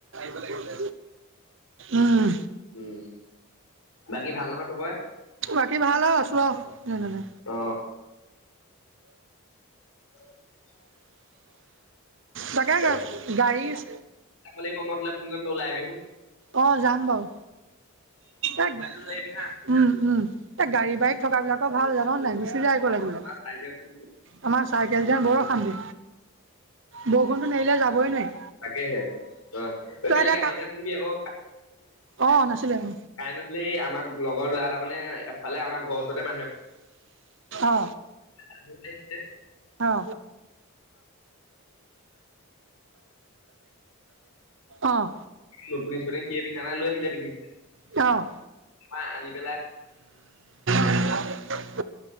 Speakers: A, on the right (about 55°); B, on the left (about 85°).
A: দিলো। উম।
B: উম। বাকী ভাল নহয় চবৰে
A: বাকী ভাল আৰু আছো অ যেনেতেনে।
B: অ <unintelligible>
A: তাকে
B: যাব
A: গা গাড়ীচ
B: লাগিব মই তোলে ফোন
A: অ যাম বাৰু। এক,
B: কৰিম
A: উম উম এ গাড়ী -বাইক থকাবিলাকৰ ভাল। জান নে নাই গুচি যাই অকলে অকলে,
B: তই ওলাই আহিবিচোন
A: আমাৰ চাইকেল যে বৰ অশান্তি। বৰষুণটো নেৰিলে যাবই নোৱাৰিম
B: তাকেহে অ এই
A: তই
B: কালি
A: এতিয়া
B: কাহিনী
A: কা
B: এটা শুনিবি আকৌ
A: অ নাছিলে অ
B: কাইন নাছিলে এই আমাক লগৰ ল'ৰা এটা মানে এফালে আমাৰ ঘৰৰ ওচৰতে মানুহে
A: অ
B: <unintelligible> <unintelligible>
A: অ অ অ
B: নতুন ইচপতিঙ সিয়ে পিন্ধা লৈ আহিলে পিন্ধিপিনি।
A: অ',
B: পাই আনি পেলাই
A: <unintelligible>